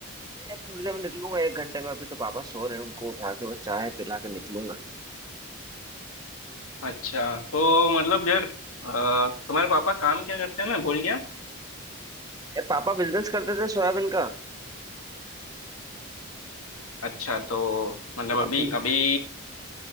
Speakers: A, on the right (about 15°); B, on the left (about 80°).
A: यार थोड़ी देर में निकलूंगा एक घंटे में अभी तो पापा सो रहे हैं उनको उठा के बस चाय पिला के निकलूंगा
B: अच्छा तो मतलब यार अ, तुम्हारे पापा काम क्या करते हैं मैं भूल गया
A: यार पापा बिजनेस करते थे सोयाबीन का
B: अच्छा तो मतलब
A: अभी
B: अभी अभी